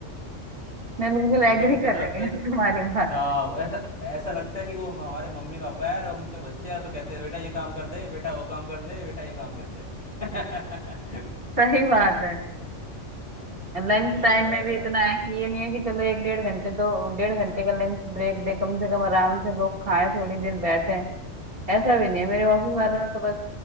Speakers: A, on the right; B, on the left.
A: मैं बिल्कुल
B: एकदम
A: एग्री
B: ऐसा
A: कर रही
B: लगता
A: हूँ <laughs>
B: है कि
A: यार तुम्हारी बात
B: हाँ ऐसा ऐसा लगता है कि वो हम- हमारे मम्मी पापा है और हम उनके बच्चे हैं और फिर कहते हैं बेटा ये काम कर दे बेटा वो काम कर दे बेटा ये काम कर दे <laughs>
A: सही बात है लंच
B: ये
A: टाइम
B: तो है
A: में भी
B: यार
A: इतना है कि ये नहीं है कि चलो एक डेढ़ घंटे तो डेढ़ घंटे का लंच ब्रेक दे कम से कम आराम से लोग खाएं थोड़ी देर बैठे ऐसा भी नहीं है मेरे ऑफिस वालों ने तो बस